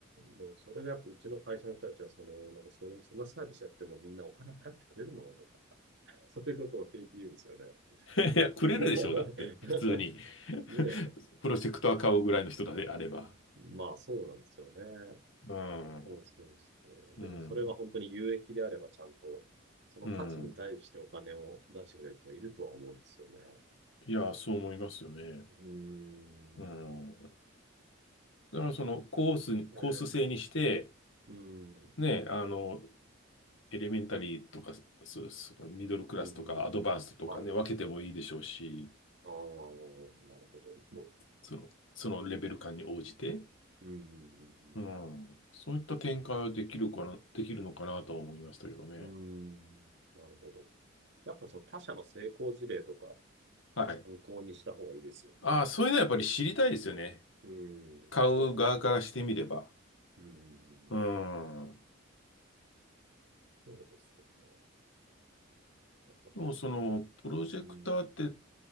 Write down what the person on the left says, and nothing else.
<laughs> いや、くれるでしょう、
だって、普通に。
<laughs> プロジェクター買うぐらいの人であれば。
うん、
うん、
うん。いや、そう思いますよね。
うん。だからそのコース、
コース制にして、
ね、あの、エレメンタリーとか、そ、そのミドルクラスとか、
アドバンストとかね、
分けてもいいでしょうし、
その、そのレベル感に応じて、
うん、そういった展開はできるかな、
できるのかなとは思いましたけどね。
はい。
ああ、そういうのはやっぱり知りたいですよね。
買う側からしてみれば。
うん。
でもその、プロジェクターって、